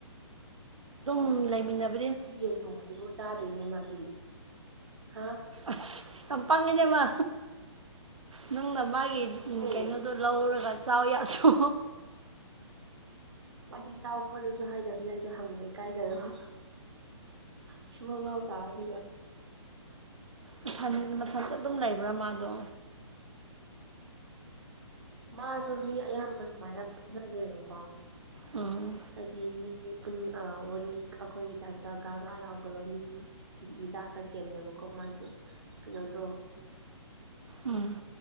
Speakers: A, on the right; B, on the right.
A: ꯂꯩꯃꯤꯟꯅꯕ
B: ꯉꯁꯤ ꯌꯦꯟ ꯊꯣꯡꯕꯁꯤꯕꯨ ꯆꯥꯗꯦꯅꯦ ꯃꯥꯗꯤ ꯍꯥ
A: ꯑꯁ ꯌꯥꯝ ꯄꯪꯉꯤꯗ ꯃꯥ ꯅꯪꯅ ꯃꯥ
B: ꯑꯗꯨꯅꯦ
A: ꯀꯩꯅꯣꯗꯣ ꯂꯧꯔꯒ ꯆꯥꯎ ꯌꯥꯗ꯭ꯔꯣ
B: ꯃꯥꯗꯤ ꯆꯥꯎ ꯈꯣꯠꯂꯨꯁꯨ ꯍꯥꯏꯗꯕꯅ ꯑꯩꯗꯣ ꯍꯪꯕꯗ ꯏꯀꯥꯏꯖꯔꯕ ꯊꯤꯕꯣꯡ ꯂꯥꯎ ꯇꯥꯔꯅꯤꯅ
A: ꯃꯊꯟ ꯃꯊꯟꯇ ꯑꯗꯨꯝ ꯂꯩꯕ꯭ꯔꯥ ꯃꯥꯗꯣ
B: ꯃꯥꯗꯣ ꯃꯤ ꯑꯌꯥꯝꯕ ꯁꯨꯃꯥꯏꯅ ꯄꯨꯟꯅꯗꯦꯕꯀꯣ
A: ꯎꯝ
B: ꯍꯥꯏꯗꯤ ꯃꯤ ꯋꯥꯔꯤ ꯑꯩꯈꯣꯏꯒꯤ ꯇꯥꯏꯞꯇ ꯒꯒꯥ ꯂꯥꯎꯗꯕ ꯃꯤ ꯃꯤꯗꯥ ꯈꯔ ꯆꯦꯜꯂꯦꯕꯀꯣ ꯃꯥꯏꯗꯣ ꯀꯩꯅꯣꯗꯣ
A: ꯎꯝ